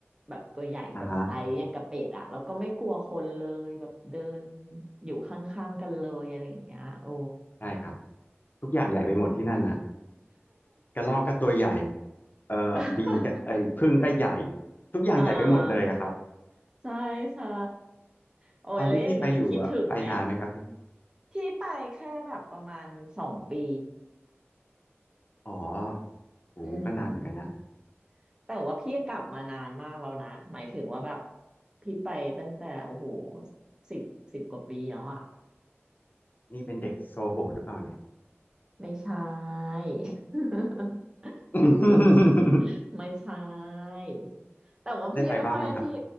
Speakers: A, on the right; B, on the left.
A: แบบตัวใหญ่แบบไซส์อย่างกับเป็ดอะแล้วก็ไม่กลัวคนเลยแบบเดิน
B: อ่าฮะ
A: อยู่ข้างๆกันเลยอะไรอย่างเงี้ยโอ้
B: ใช่ครับทุกอย่างใหญ่ไปหมดที่นั่นอ่ะกระรอกก็ตัวใหญ่เอ่อบีก็เอ่อผึ้งก็ใหญ่
A: <laughs>
B: ทุกอย่างใหญ่ไปหมดเลยอะครับ
A: อ่าใช่ใช่โอ้ยแล้วอย่างงี้คิดถึงไหม
B: ตอนที่พี่ไปอยู่อะไปนานไหมครับ
A: พี่ไปแค่แบบประมาณสองปี
B: อ๋อโหก็นานเหมือนกันนะ
A: อืม แต่ว่าพี่กลับมานานมากแล้วนะหมายถึงว่าแบบพี่ไปตั้งแต่โอ้โหสิบสิบกว่าปีแล้วอะ
B: นี่เป็นเด็กโซโหหรือเปล่าเนี่ย
A: ไม่ใช่ <laughs> <laughs>
B: <laughs>
A: พี่ไม่ใช่แต่ว่าพี่ไม่ค่อยพี่
B: ได้ไปบ้างไหมครับ